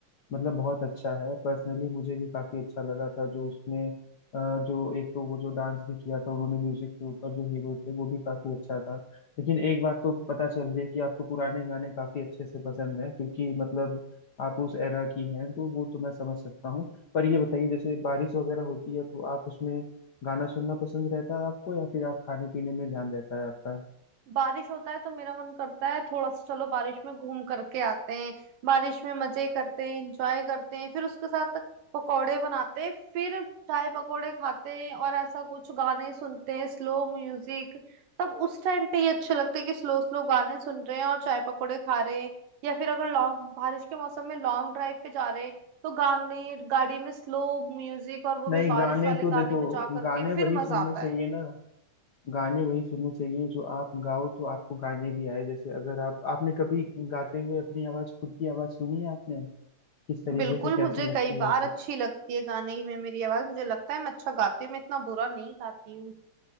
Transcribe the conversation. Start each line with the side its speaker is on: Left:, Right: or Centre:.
Left: मतलब बहुत अच्छा है पर्सनली मुझे भी काफी अच्छा लगा था जो उसमें अ, जो एक तो वो जो डांस भी किया था उन्होंने म्यूजिक के ऊपर जो हीरो थे वो भी काफी अच्छा था लेकिन एक बात तो पता चल रही है कि आपको पुराने गाने काफी अच्छे से पसंद है क्योंकि मतलब आप उस एरा की हैं तो वो तो मैं समझ सकता हूँ पर ये बताइए जैसे बारिश वगैरह होती है तो आप उसमें गाना सुनना पसंद रहता है आपको या फिर आप खाने पीने में ध्यान रहता है आपका
Right: बारिश होता है तो मेरा मन करता है थोड़ा सा चलो बारिश में घूम करके आते हैं बारिश में मजे करते हैं एंजॉय करते हैं फिर उसके साथ पकोड़े बनाते हैं फिर चाय पकोड़े खाते हैं और ऐसा कुछ गाने सुनते हैं स्लो म्यूजिक तब उस टाइम पे ये अच्छे लगते हैं कि स्लो स्लो गाने सुन रहे हैं और चाय पकोड़े खा रहे हैं या फिर अगर लॉन्ग बारिश के मौसम में लॉन्ग ड्राइव पे जा रहे हैं तो गाने गाड़ी में स्लो म्यूजिक और वो
Left: नहीं
Right: भी बारिश
Left: गाने
Right: वाले
Left: तो
Right: गाने
Left: देखो
Right: बजा करके
Left: गाने
Right: फिर
Left: वही
Right: मजा
Left: सुनने
Right: आता
Left: चाहिए
Right: है
Left: ना गाने वही सुनने चाहिए जो आप गाओ तो आपको गाने भी आए जैसे अगर आप आपने कभी गाते हुए अपनी आवाज खुद की आवाज सुनी है आपने किस तरीके
Right: बिल्कुल
Left: से
Right: मुझे
Left: कैसी लगती
Right: कई
Left: है
Right: बार
Left: आपको
Right: अच्छी लगती है गाने में मेरी आवाज मुझे लगता है मैं अच्छा गाती हूँ मैं इतना बुरा नहीं गाती हूँ